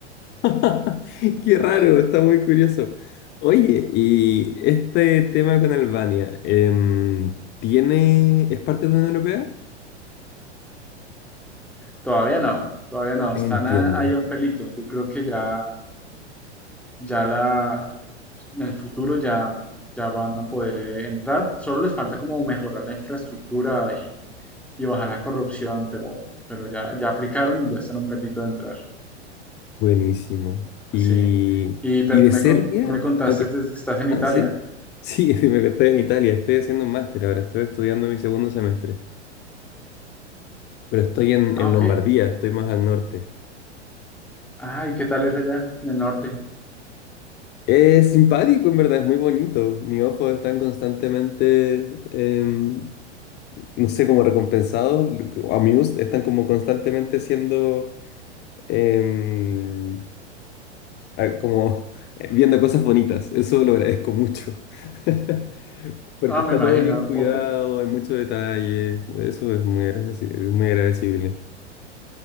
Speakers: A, on the left (about 30°); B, in the centre.
A: <laughs> Qué raro, está muy curioso. Oye, y este tema con Albania, em, ¿tiene, es parte de la Unión Europea?
B: Todavía no, todavía no, están
A: Entiendo.
B: a- ahí a un pelito. Yo creo que ya, ya la, en el futuro ya, ya van a poder eh, entrar. Solo les falta como mejorar la infraestructura y y bajar la corrupción, pero, pero ya, ya aplicaron y ya están a un pelito de entrar.
A: Buenísimo. Y,
B: Sí. Y, pero
A: y de
B: tú me,
A: Serbia,
B: con- tú me contaste
A: ok,
B: que estás en Italia.
A: ah, sí, sí, <laughs> sí, me estoy en Italia, estoy haciendo un máster ahora, estoy estudiando mi segundo semestre, pero estoy en,
B: Ah,
A: en
B: ok.
A: Lombardía, estoy más al norte.
B: Ay, ¿qué tal es allá en el norte?
A: Es simpático, en verdad, es muy bonito. Mis ojos están constantemente em, no sé, como recompensados, amused, están como constantemente siendo, em, ah, como eh, viendo cosas bonitas. Eso lo agradezco mucho. <laughs> Porque
B: Ah, me
A: está
B: imagino.
A: todo bien cuidado,
B: Po- po-
A: hay mucho detalle. Eso es muy agradecible, es muy agradecible.